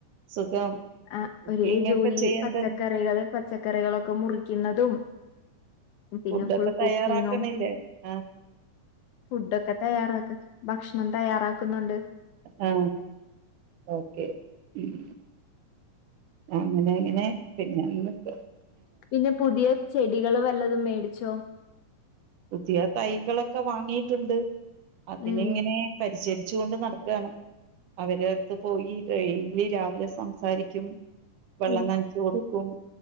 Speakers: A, on the right; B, on the left.
A: സുഖം
B: ആ
A: കുക്കിംഗ്
B: ഒരേ ജോലി
A: ഒക്കെ ചെയ്യണ്ടല്ലോ
B: പച്ചക്കറികള് പച്ചക്കറികളൊക്കെ മുറിക്കുന്നതും പിന്നെ
A: ഫുഡൊക്കെ
B: ഫുൾ കുക്കിങ്ങും
A: തയ്യാറാക്കണില്ലേ ആ
B: ഫുഡൊക്കെ തയ്യാറാക്ക ഭക്ഷണം തയ്യാറാക്കുന്നുണ്ട്
A: ആ ഓക്കെ ഉം അങ്ങനെ പിന്നെ പിന്നെ ന്ന് പ്പം
B: പിന്നെ പുതിയ ചെടി കള് വല്ലതും മേടിച്ചോ
A: പുതിയ തൈകളൊക്കെ വാങ്ങിയിട്ടുണ്ട് അതിനിങ്ങനെ
B: ഉം
A: പരിചരി ച്ചുകൊണ്ട് നടക്കണ് അവരെ അടുത്ത് പോയി ടെയിലി രാവിലെ സംസാരിക്കും വെള്ളം
B: ഉം
A: നനചൂ കൊടു ക്കും